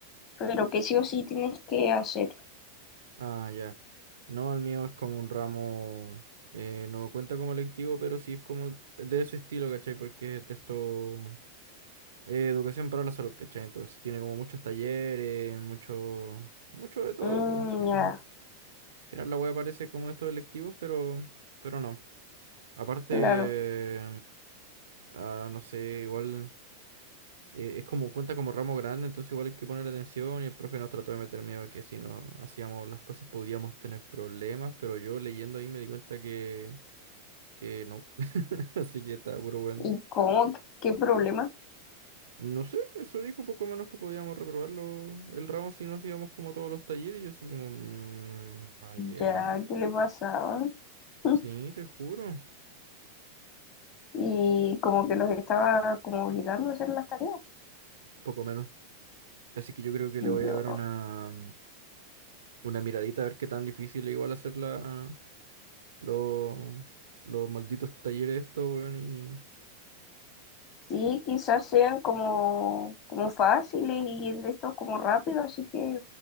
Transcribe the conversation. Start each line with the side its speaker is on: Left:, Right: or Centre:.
Left: pero que sí o sí tienes que hacer.
Right: Ah, ya. No, el mío es como un ramo, eh, no cuenta como electivo, pero sí es como de ese estilo, ¿cachai? Porque es de esto, eh, educación para la salud, ¿cachai? Entonces tiene como muchos talleres, mucho, mucho de todo,
Left: Mm,
Right: pues, al final.
Left: ya,
Right: Al final la web parece como de estos electivos, pero, pero no. Aparte,
Left: claro.
Right: Ah, no sé, igual eh, es como cuenta como ramo grande, entonces igual hay que poner atención y el profe nos trató de meter miedo de que si no hacíamos las cosas podríamos tener problemas, pero yo leyendo ahí me di cuenta que, que no, <laughs> así que estaba puro bueno.
Left: ¿Y cómo? ¿Qué problema?
Right: No sé, eso dijo poco menos que podíamos reprobarlo el ramo si no hacíamos como todos los talleres, y yo así como, "Mm, vaya,
Left: ya, ¿qué le pasaba? <laughs>
Right: sí, te juro,
Left: Y como que los estaba como obligando a hacer las tareas.
Right: poco menos. Así que yo creo que le voy
Left: Yo,
Right: a dar una, una miradita a ver qué tan difícil es igual hacerla Los, los malditos talleres estos, weón, y...
Left: sí, quizás sean como, como fáciles y de esto como rápido, así que